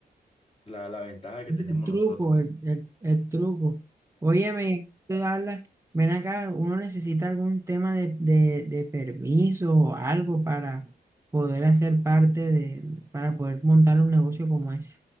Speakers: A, on the left; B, on the right.
A: la, la ventaja que
B: El
A: tenemos
B: truco,
A: nosotros.
B: el, el, el truco. Óyeme, tú hablas, ven acá, uno necesita algún tema de, de, de permiso o algo para poder hacer parte de, para poder montar un negocio como ese.